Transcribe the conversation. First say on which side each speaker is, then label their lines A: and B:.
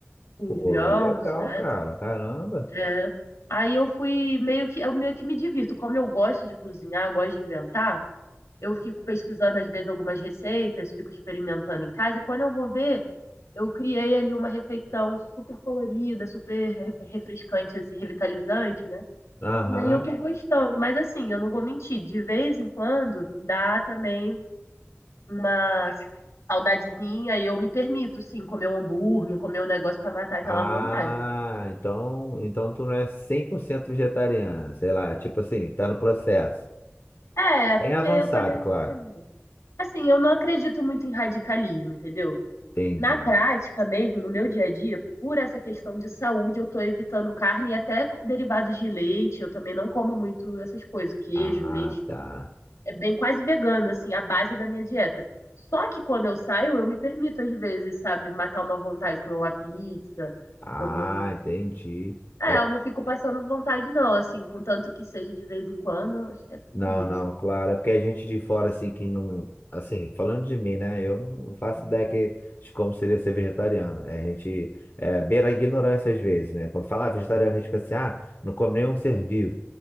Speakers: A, on the left; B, on the left.
A: Com
B: Pô,
A: os grãos,
B: legal,
A: né?
B: cara. Caramba.
A: É. Aí eu fui meio que, eu meio que me divirto. Como eu gosto de cozinhar, gosto de inventar, eu fico pesquisando, às vezes, algumas receitas, fico experimentando em casa, e quando eu vou ver, eu criei ali uma refeição super colorida, super re- refrescante, assim, revitalizante, né?
B: Aham.
A: E aí eu tô gostando, mas assim, eu não vou mentir, de vez em quando dá também uma saudadezinha e eu me permito, sim, comer um hambúrguer, comer um negócio pra matar aquela
B: Ah,
A: vontade.
B: então, então tu não é 100% vegetariana, sei lá, tipo assim, tá no processo.
A: É,
B: Bem
A: porque
B: avançado,
A: eu também,
B: claro.
A: é, assim, eu não acredito muito em radicalismo, entendeu?
B: Entendi.
A: Na prática mesmo, no meu dia a dia, por essa questão de saúde, eu estou evitando carne e até derivados de leite. Eu também não como muito essas coisas, queijo,
B: Ah,
A: leite.
B: tá.
A: É bem quase vegano, assim, a base da minha dieta. Só que quando eu saio, eu me permito, às vezes, sabe, matar uma vontade, comer uma pizza,
B: Ah,
A: comer um.
B: entendi.
A: É,
B: É,
A: eu não fico passando vontade, não, assim, contanto que seja de vez em quando, eu acho que é tranquilo,
B: não, não,
A: sabe?
B: claro. É porque a gente de fora, assim, que não. Assim, falando de mim, né? Eu não faço
A: Uhum.
B: ideia que, de como seria ser vegetariano. É, A gente é, beira a ignorância às vezes, né? Quando fala ah, vegetariano, a gente pensa assim, ah, não come nenhum ser vivo.